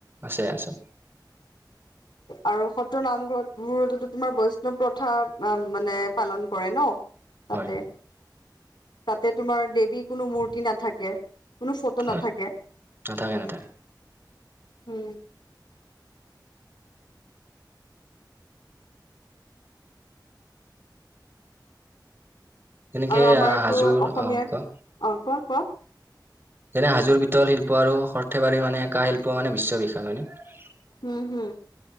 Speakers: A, on the right; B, on the left.
A: আছে আছে-
B: আৰু সত্ৰ নামঘৰত বোৰো তোমাৰ বৈষ্ণৱ প্ৰথা মানে পালন কৰে ন-
A: হয়
B: তা'তে। তা'তে তোমাৰ দেৱী কোনো মূৰ্তি নাথাকে। কোনো ফটো
A: হয়
B: নাথাকে
A: নাথাকে নাথাকে।
B: উম।
A: যেনেকে
B: আৰু আমাৰতো
A: আহ হাজোৰ
B: অসমীয়াৰ
A: অ কোৱা
B: অ কোৱা কোৱা।
A: যেনে- হাজোৰ পিতল শিল্প, আৰু সৰ্থেবাৰীৰ মানে কাহ শিল্প মানে বিশ্ব বিখ্যাত, হয় নে?
B: উম হম।